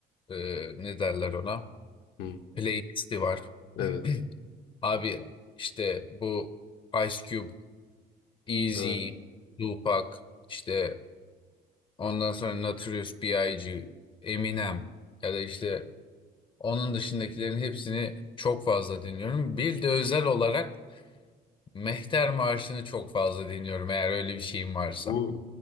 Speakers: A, on the left (about 30°); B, on the left (about 75°).
A: Ee, ne derler ona?
B: Hı,
A: Playlisti var. <clears throat>
B: evet.
A: Abi işte bu Ice Cube, Easy,
B: Ha.
A: Tupac, işte ondan sonra Notorious B.I.G., Eminem ya da işte onun dışındakilerin hepsini çok fazla dinliyorum. Bir de özel olarak Mehter Marşı'nı çok fazla dinliyorum eğer öyle bir şeyim varsa.
B: Bu